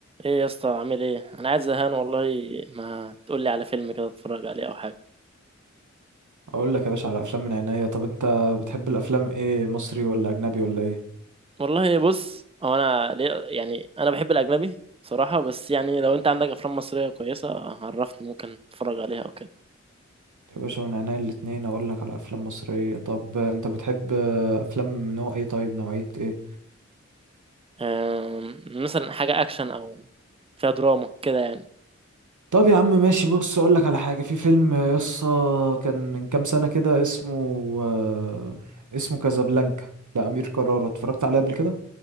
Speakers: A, on the right; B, on the right.
A: ايه يا اسطى عامل ايه انا قاعد زهقان والله ما تقول لي على فيلم كده اتفرج عليه او حاجه
B: اقول لك يا باشا على افلام من عينيا طب انت بتحب الافلام ايه مصري ولا اجنبي ولا ايه
A: والله بص هو انا ليه يعني انا بحب الاجنبي صراحه بس يعني لو انت عندك افلام مصريه كويسه عرفني ممكن اتفرج عليها او كده
B: يا باشا من عينيا الاتنين اقول لك على افلام مصرية طب انت بتحب افلام نوع ايه طيب نوعية ايه
A: أم، مثلا حاجه اكشن او فيها دراما كده يعني
B: طب يا عم ماشي بص اقول لك على حاجة في فيلم يسطا كان من كام سنة كده اسمه آه، اسمه كازابلانكا لأمير كرارة اتفرجت عليه قبل كده